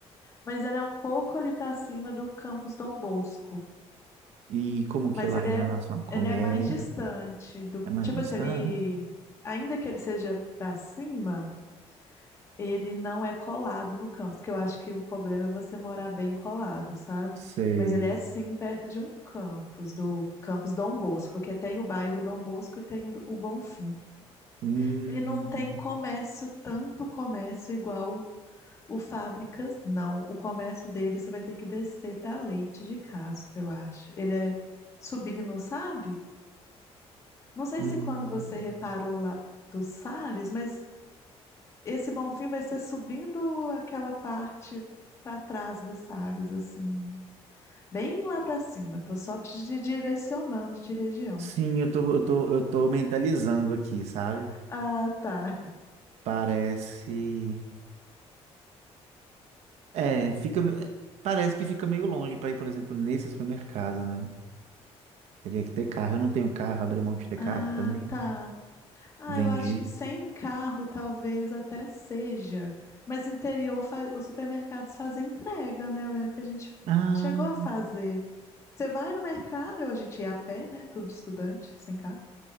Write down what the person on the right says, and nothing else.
E como que
lá
em
relação a
comércio,
é mais
distante?
Sei.
Hum.
Uhum.
Sim, eu tô, eu tô, eu tô mentalizando aqui, sabe?
Parece. É, fica. Parece que fica meio longe para ir, por exemplo, nesse supermercado, né? Teria que ter carro. Eu não tenho carro, abri mão de ter
carro também.
Vendi.
Ah,